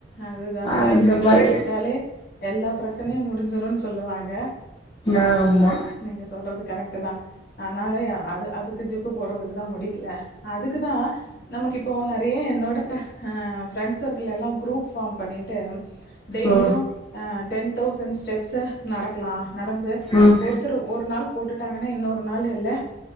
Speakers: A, on the left; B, on the left.
A: அதுதா வாயில
B: அந்த
A: ஜிப்பு
B: மாரி
A: போட்டாலே எல்லா பிரச்சனையு முடிஞ்சிருன்னு சொல்லுவாங்க ஆ
B: ஆமா
A: நீங்க சொல்றது கரெக்ட் தான் ஆனாலே அது அதுக்கு ஜிப்பு போடுறதுக்கு தான் முடிக்கல அதுக்குதான் நமக்கு இப்போ நெறைய அப்படியே என்னோடய ஃப்ரெண்ட் சர்க்கிள் எல்லாம் குரூப் ஃபாம் பண்ணியிட்டு டெய்லியும்
B: ஓ
A: ஆ டென் தௌசண்ட் ஸ்டெப்ஸ்சு நடக்கலாம் நடந்து
B: ம்
A: ஒருத்தர் ஒரு நாள் போட்டுட்டாங்கன்னா இன்னொரு நாள் இல்ல